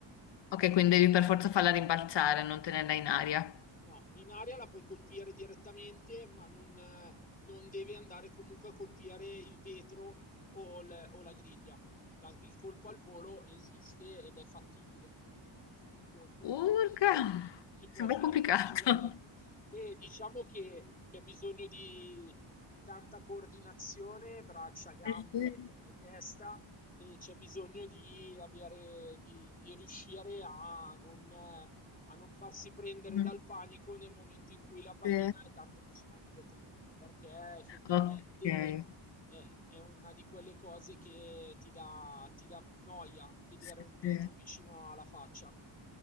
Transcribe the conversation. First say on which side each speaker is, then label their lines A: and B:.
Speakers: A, on the left (about 60°); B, on the left (about 15°).
A: Ok, quindi devi per forza farla rimbalzare, non tenerla in aria.
B: No, in aria la puoi colpire direttamente, ma non, eh, non deve andare comunque a colpire il vetro o, l- o la griglia. La- il colpo al volo esiste ed è fattibile. Cioè, È un colpo
A: Urca!
B: che si può, si può
A: Sembra
B: fare
A: complicato.
B: tranquillamente. E diciamo che c'è bisogno di, di tanta coordinazione, braccia, gambe
A: Eh sì.
B: e testa, e c'è bisogno di avere, di, di riuscire a non eh, a non farsi prendere
A: Mm,
B: dal panico nel momento in cui la pallina
A: sì.
B: è tanto vicina al vetro, perché effettivamente
A: Ok.
B: è, è una di quelle cose che ti dà, ti dà noia vedere
A: Sì,
B: un vetro
A: sì.
B: vicino alla faccia.